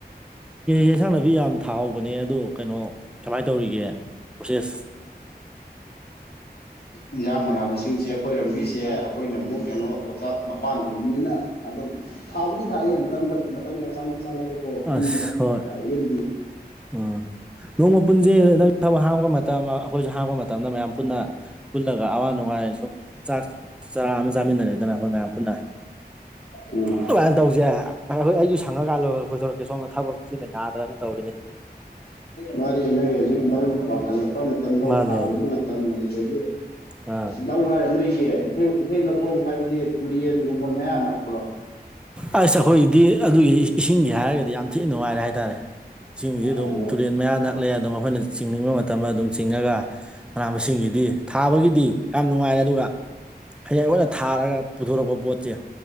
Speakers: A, in the centre; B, on the left.
A: ꯌꯦꯟꯁꯥꯡꯅꯕꯤ ꯌꯥꯝ ꯊꯥꯍꯧꯕꯅꯦ ꯑꯗꯨ ꯀꯩꯅꯣ ꯀꯃꯥꯏꯟ ꯇꯧꯔꯤꯒꯦ ꯄꯣꯁꯦꯁ
B: ꯏꯟꯁꯥꯡ ꯃꯅꯥ ꯃꯁꯤꯡꯁꯦ ꯑꯩꯈꯣꯏꯔꯝꯕꯤꯁꯦ ꯑꯩꯈꯣꯏꯅ ꯑꯃꯨꯛ ꯀꯩꯅꯣ ꯂꯣꯛꯇꯥꯛ ꯃꯄꯥꯟ ꯑꯣꯏꯕꯅꯤꯅ ꯑꯗꯨꯝ ꯊꯥꯕꯨꯗꯤ ꯊꯥꯏꯌꯦ ꯃꯇꯝꯒ ꯃꯇꯝꯒ ꯆꯥꯟꯅ ꯆꯥꯅꯕꯀꯣ ꯄꯨꯡ
A: ꯑꯁ ꯍꯣꯏ
B: ꯌꯦꯟ
A: ꯎꯝ ꯅꯣꯡꯃ ꯄꯨꯟꯖꯩ ꯅꯪ ꯊꯕꯛ ꯍꯥꯡꯕ ꯃꯇꯝ ꯑꯩꯈꯣꯏꯁꯨ ꯍꯥꯡꯄ ꯃꯇꯝꯗ ꯃꯌꯥꯝ ꯄꯨꯟꯅ ꯄꯨꯜꯂꯒ ꯑꯋꯥ ꯅꯨꯡꯉꯥꯏ ꯁꯨꯝ ꯆꯥꯛ ꯆꯔꯥ ꯑꯃ ꯆꯥꯃꯤꯟꯅꯔꯦꯗꯅ ꯑꯩꯈꯣꯏ ꯃꯌꯥꯝ ꯄꯨꯟꯅ
B: ꯎꯝ
A: ꯀꯃꯥꯏꯅ ꯇꯧꯁꯦ ꯍꯣꯏ ꯑꯩꯁꯨ ꯁꯪꯉꯀꯥꯟꯂ ꯀꯣꯏꯊꯣꯔꯛꯀꯦ ꯁꯣꯝꯗ ꯊꯕꯛꯁꯤꯅ ꯅꯥꯗꯅ ꯇꯧꯔꯤꯅꯦ
B: ꯃꯥꯅꯦ ꯅꯣꯏ ꯍꯧꯖꯤꯛ ꯂꯧ ꯄꯥꯈꯠꯂꯛꯄ ꯃꯇꯝ ꯂꯧ
A: ꯃꯥꯅꯦ
B: ꯊꯥꯕꯒꯤ ꯃꯇꯝ ꯑꯗꯨꯗꯒꯤ
A: ꯑꯥ
B: ꯑꯁ ꯂꯧ ꯍꯥꯏꯔ ꯅꯣꯏ ꯏꯊꯩ ꯏꯊꯩ ꯂꯧꯈꯣꯡ ꯍꯥꯏꯕꯗꯤ ꯇꯨꯔꯦꯟꯒꯨꯝꯕ ꯃꯌꯥ ꯅꯛꯄ꯭ꯔꯣ
A: ꯑꯁ ꯑꯩꯈꯣꯏꯒꯤꯗꯤ ꯑꯗꯨꯒꯤ ꯏꯁꯤꯡꯒꯤ ꯍꯥꯏꯔꯒꯗꯤ ꯌꯥꯝ ꯊꯤꯅ ꯅꯨꯡꯉꯥꯏꯔꯦ ꯍꯥꯏꯇꯥꯔꯦ ꯏꯁꯤꯡꯁꯤ ꯑꯗꯨꯝ
B: ꯑꯣ
A: ꯇꯨꯔꯦꯟ ꯃꯌꯥ ꯅꯛꯂꯦ ꯑꯗꯨꯝ ꯑꯩꯈꯣꯏꯅ ꯆꯤꯡꯅꯤꯡꯕ ꯃꯇꯝꯗ ꯑꯗꯨꯝ ꯆꯤꯡꯉꯒ ꯃꯅꯥ ꯃꯁꯤꯡꯒꯤꯗꯤ ꯊꯥꯕꯒꯤꯗꯤ ꯌꯥꯝ ꯅꯨꯡꯉꯥꯏꯔꯦ ꯑꯗꯨꯒ ꯍꯌꯦꯡ ꯑꯈꯣꯏꯅ ꯊꯥꯔꯒ ꯄꯨꯊꯣꯔꯛꯄ ꯄꯣꯠꯁꯦ